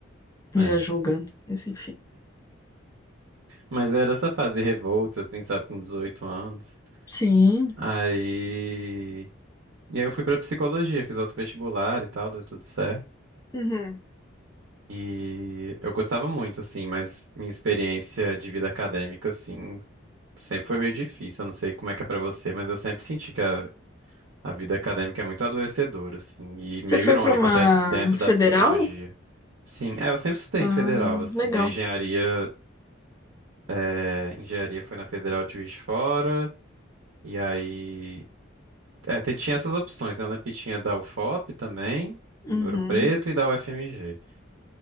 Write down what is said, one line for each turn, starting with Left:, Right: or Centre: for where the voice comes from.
Left: Já
Right: É.
Left: julgando, mas enfim.
Right: Mas era essa fase revolta, assim, sabe, com 18 anos.
Left: Sim.
Right: Aí... E aí eu fui pra psicologia, fiz outro vestibular e tal, deu tudo certo.
Left: Uhum.
Right: E eu gostava muito, assim, mas minha experiência de vida acadêmica, assim, Sempre foi meio difícil, eu não sei como é que é pra você, mas eu sempre senti que a A vida acadêmica é muito adoecedora, assim, e meio
Left: Você foi
Right: irônico
Left: para uma
Right: até dentro
Left: federal?
Right: da psicologia. Sim, é, eu sempre estudei
Left: Ah,
Right: em federal, assim,
Left: legal.
Right: a engenharia, é, engenharia foi na Federal de Juiz de Fora, e aí, é, te- tinha essas opções, né, eu lembro que tinha da UFOP também,
Left: Uhum.
Right: em Ouro Preto, e da UFMG,